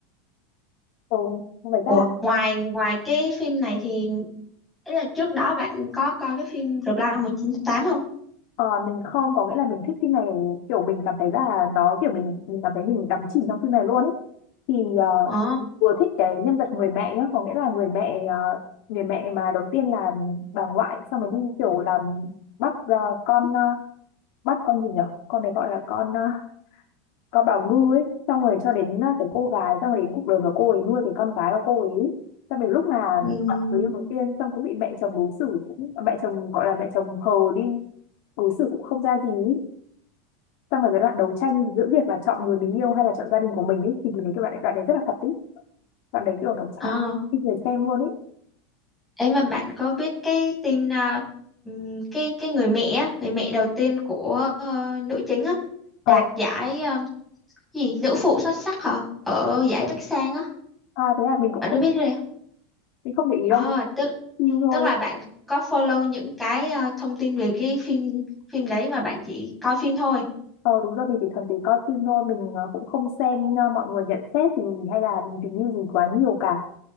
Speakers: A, on the left; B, in the centre.
A: ừ, vậy
B: ủa
A: ra
B: ngoài ngoài cái phim này thì ấy là trước đó bạn có coi cái phim The Blind một chín tám không
A: Ờ, mình không có nghĩa là mình thích phim này kiểu mình cảm thấy là nó kiểu mình mình cảm thấy mình đắm chìm trong phim này luôn ấy thì ờ,
B: ờ
A: vừa thích cái nhân vật người mẹ nhá có nghĩa là người mẹ ờ, người mẹ mà đầu tiên là bà ngoại xong rồi đi kiểu làm bắt ờ, con ờ, bắt con gì nhở con này gọi là con ờ, con bảo ngư ấy xong rồi cho đến ờ, cái cô gái xong rồi đến cuộc đời mà cô ấy nuôi cái con gái của cô ấy xong đến lúc mà
B: ừm,
A: gặp người yêu đầu tiên xong cũng bị mẹ chồng đối xử cũng mẹ chồng gọi là mẹ chồng hờ đi đối xử cũng không ra gì ý xong rồi cái đoạn đấu tranh giữa việc là chọn người mình yêu hay là chọn gia đình của mình ấy thì mình thấy cái đoạn đấy, đoạn đấy rất là thật ý đoạn đấy kiểu nó chạm
B: Ờ,
A: khi người xem luôn ấy.
B: ấy mà bạn có biết cái tin à, ừm, cái cái người mẹ á, người mẹ đầu tiên của ờ, nữ chính á
A: ờ
B: đạt giải ừm, gì nữ phụ xuất sắc hả ở giải Bắc Sang á
A: à, thế à mình cũng
B: bạn
A: không
B: có biết cái này không?
A: mình không để ý
B: Ờ,
A: đâu mình
B: tức
A: xem phim thôi
B: tức là bạn có follow những cái ờ, thông tin về cái phim phim đấy mà bạn chỉ coi phim thôi.
A: ờ đúng rồi mình chỉ thuần túy coi phim thôi mình ờ, cũng không xem ờ, mọi người nhận xét gì hay là review gì quá nhiều cả